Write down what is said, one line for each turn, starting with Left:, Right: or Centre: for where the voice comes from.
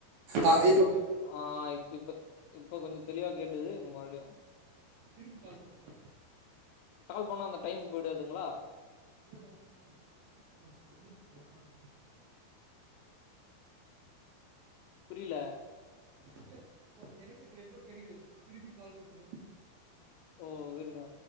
Right: ஆ இப்ப கட் பண்
Left: ஆ இப்ப இப்ப கொஞ்சோ தெளிவா கேட்டது இப்ப மறுபடியு
Right: திரும்பி கால் பண்ணுங்க
Left: கால் பண்ணா அந்த டைம் போய்டாதுங்களா
Right: இல்ல இல்ல ஒன்னு ப்ரச்சனைல்ல கட் பண்ணிட்டு பண்ணனும் முடிஞ்சுச்சு ஒரு கால் முடிஞ்சுச்சு
Left: புரியில
Right: இல்ல இப்போ எனக்கு இங்க நெட்வொர்க் கெடக்கிலா திருப்பி கால் பண்ணங்கன்
Left: ஓ விருங்க